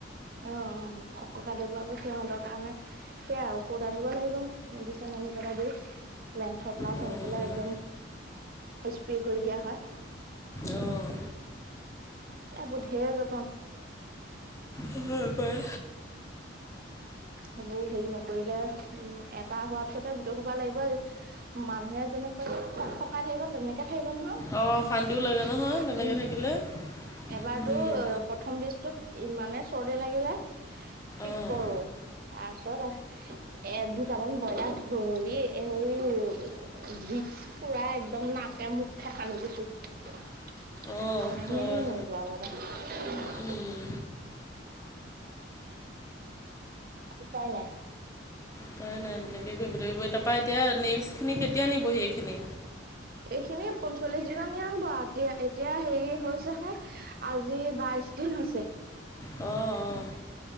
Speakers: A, on the right (about 50°); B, on the left (about 15°).
A: অ উম খক ককাইদেউৰ আকৌ সিহঁতৰ কাৰণে সেয়া ঔষধ আনিব লাগিব। মেডিচিন আনি পেলাই দি মেন্থ প্লাছ
B: উম,
A: আনিব পেলাই একদম স্প্ৰে কৰি দিয়া হয়।
B: অ'।
A: এইবোৰ যত্ন
B: নহ'লে ৰুপাই
A: সবোৰ সেই নকৰিলে উম এটা হোৱাৰ পিছতে গোটেই সোপা লাগিবই। মানুহে যেনেকৈ সক সকাই ধৰিবত তেনেকে থাকিব নহয়
B: অ', শান্তিও লাগে নহয় তেনেকৈ
A: উম
B: থাকিলে।
A: এবাৰতো
B: উম,
A: পত প্ৰথম বীজটোত ইমানে চৰ্দি লাগিলে কি
B: অ'।
A: কৰো তাছত এ এ দুটামান ব্ৰইলাৰ ধৰি এ উই ভিকছ পুৰা একদম নাকে মুখ খে ফালি দিছো। হাঁহি
B: অ', হয়।
A: হাঁহি মাৰিব আও ল'ৰাটো
B: উম,
A: উপাই নাই।
B: ত নাই এনেকে কৈ পদৈ পৈ তা পা এতিয়া নেক্সটখিনি কেতিয়া নিবহি এইখিনি?
A: এইখিনি পঞ্চল্লিশ দিনত নিয়া হ'ব আ এতিয়া এতিয়া হেৰি হৈছেহে। আজি বাইশ দিন হৈছে।
B: অ অ।